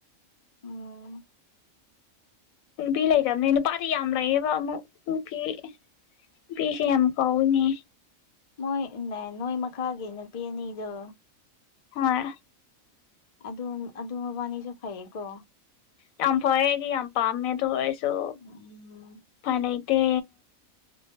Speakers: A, on the left (about 55°); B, on the left (about 85°).
A: ꯎꯝ
B: ꯕꯤ ꯂꯩꯗꯝꯅꯤꯩꯅ ꯄꯔ ꯌꯥꯝ ꯂꯩꯌꯦꯕ ꯑꯃ ꯎꯄꯤ ꯅꯨꯄꯤꯁꯦ ꯌꯥꯝ ꯀꯥꯎꯏꯤꯅꯦ
A: ꯃꯣꯏ ꯅꯣꯏ ꯃꯈꯥꯒꯤ ꯅꯨꯄꯤ ꯑꯅꯤꯗꯣ
B: ꯍꯣꯏ
A: ꯑꯗꯨ ꯑꯗꯨ ꯃꯕꯥꯅꯤꯁꯨ ꯐꯩꯀꯣ
B: ꯌꯥꯝ ꯐꯔꯦ ꯑꯩꯗꯤ ꯌꯥꯝ ꯄꯥꯝꯃꯦꯗꯣ ꯑꯣꯏꯁꯨ
A: ꯎꯝ
B: ꯐꯅꯇꯦ